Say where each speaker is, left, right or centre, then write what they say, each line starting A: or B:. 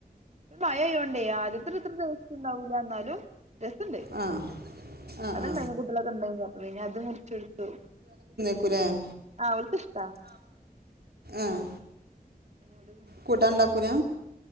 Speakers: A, on the right; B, on the right.
A: പം മയയോണ്ടേ ആദ്യത്തത്ര രസംണ്ടാവൂല്ല ന്നാലും രസണ്ട്.
B: ആ ആ
A: അത്ണ്ടായിഞ്
B: ആ
A: കുട്ട്യളൊക്കെണ്ടയിഞ് പിന്നെ അത് മുറിച്ചെടുത്തു.
B: ക്കുലേഹ്.
A: ആഹ് ഓൽക്കിഷ്ടാ.
B: ആഹ്
A: പിനെവിടെഇ
B: കൂട്ടാൻ ഇണ്ടാക്കുല.